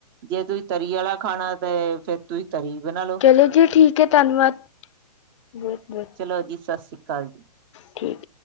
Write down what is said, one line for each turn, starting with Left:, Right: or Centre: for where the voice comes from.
Right: ਜੇ ਤੁਸੀਂ ਤਰੀ ਵਾਲਾ ਖਾਣਾ ਤੇ ਫਿਰ ਤੁਸੀ ਤਰੀ ਬਣਾ ਲੋ,
Left: ਚਲੋ ਜੀ ਠੀਕ ਹੈ ਧੰਨਵਾਦ ਬਹੁਤ ਬਹੁਤ
Right: ਚਲੋ ਜੀ ਸਤਿ ਸ੍ਰੀ ਅਕਾਲ ਕਾਲਜੀ,
Left: ਠੀਕ